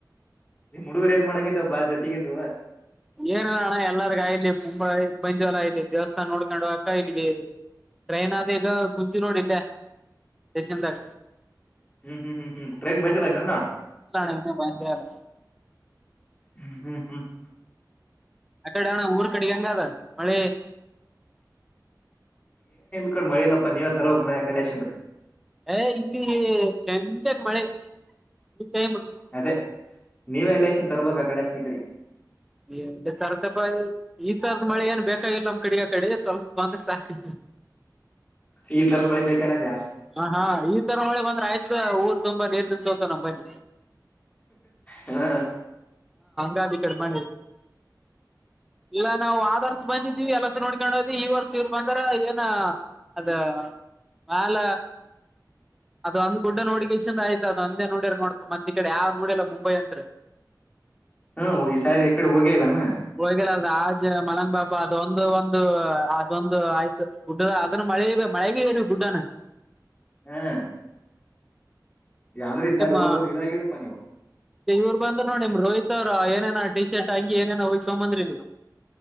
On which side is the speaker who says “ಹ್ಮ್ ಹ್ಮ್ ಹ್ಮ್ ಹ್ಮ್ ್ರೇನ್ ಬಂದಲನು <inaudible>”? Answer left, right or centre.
Left